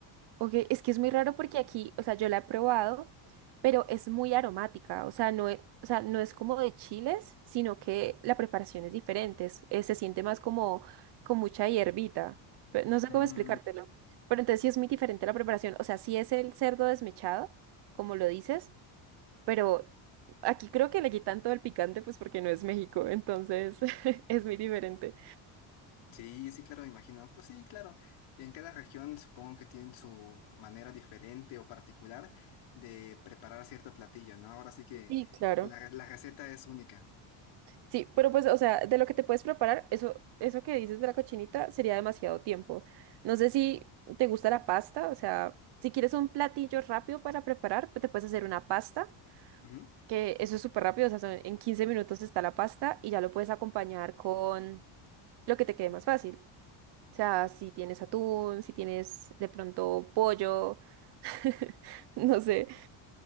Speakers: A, on the right; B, on the left.
A: Ok, es que es muy raro porque aquí, o sea, yo la he probado, pero es muy aromática, o sea, no es, o sea, no es como de chiles, sino que la preparación es diferente, es- eh, se siente más como con mucha hierbita, pe- no sé
B: Mm,
A: cómo explicártelo, pero entonces sí es muy diferente la preparación, o sea, sí es el cerdo desmechado, como lo dices, pero aquí creo que le quitan todo el picante, pues porque no es México, entonces <laughs> es muy diferente.
B: sí, sí, claro, me imagino. Pues sí, claro. En cada región supongo que tienen su manera diferente o particular de preparar cierto platillo, ¿no? Ahora sí que...
A: Sí, claro.
B: La, la receta es única.
A: Sí, pero pues, o sea, de lo que te puedes preparar, eso, eso que dices de la cochinita sería demasiado tiempo. No sé si te gusta la pasta, o sea, si quieres un platillo rápido para preparar, pues te puedes hacer una pasta,
B: Ujú.
A: que eso es súper rápido, o sea, son- en 15 minutos está la pasta y ya lo puedes acompañar con lo que te quede más fácil. O sea, si tienes atún, si tienes de pronto pollo, <laughs> no sé,